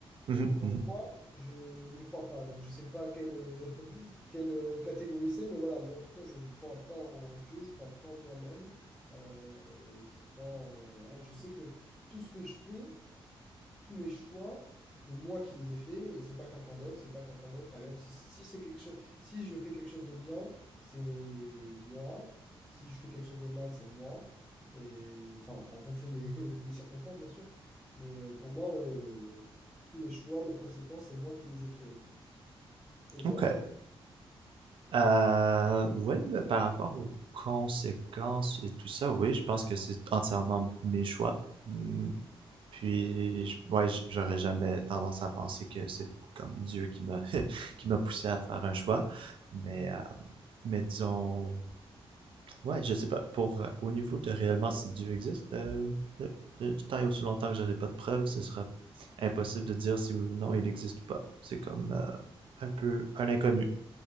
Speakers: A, on the right; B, in the centre.
A: <laughs>
B: mais pour moi, je n'y crois pas. Donc je sais pas quelle, euh, <laughs> quelle euh, catégorie c'est, mais voilà, moi en tout cas, je ne crois pas en Dieu, je crois qu'en moi-même. Euh, je crois en- voilà, je sais que tout ce que je fais, tous mes choix, c'est moi qui les ai faits et c'est pas quelqu'un d'autre, c'est pas quelqu'un d'autre. Par exemple, si, si c'est quelque chose, si je fais quelque chose de bien, c'est moi. Si je fais quelque chose de mal, c'est moi. Et enfin, en fonction des, <laughs> des circonstances, bien sûr. Mais euh, pour moi, ouais, euh, tous mes choix, mes conséquences, c'est moi qui les ai créés, quoi. Et toi?
A: OK. Euh, oui, ben, par rapport aux conséquences et tout ça, oui, je pense que c'est entièrement mes choix. Hmm, Puis, ouais, j'aurais jamais tendance à penser que c'est comme Dieu qui m'a <laughs> qui m'a poussé à faire un choix. Mais,
B: Mhm.
A: euh, mais disons, ouais, je sais pas, pour euh, au niveau de réellement si Dieu existe, euh, euh, euh, tant et aussi longtemps que j'aurai pas de preuves, ce sera impossible de dire si oui ou non il existe ou pas. C'est comme euh, un peu un inconnu.